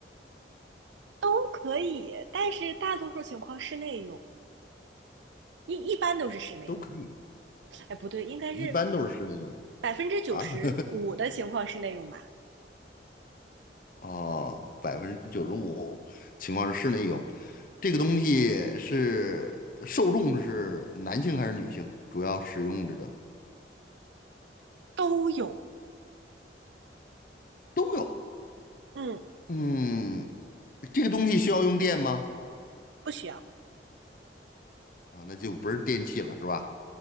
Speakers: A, on the right; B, on the left.
A: 都可以，但是大多数情况室内用，一一般都是室内用。
B: 都可以，
A: 哎，不对，应该是
B: 一般都是室内用。
A: 百分之九十五的情况室内用吧？
B: 啊，<laughs> 哦，百分之九十五情况是室内有，这个东西是受众是男性还是女性？主要使用者
A: 都有，
B: 都有。
A: 嗯，
B: 嗯，这个东西需要用电吗？
A: 不需要，
B: 啊，那就不是电器了，是吧？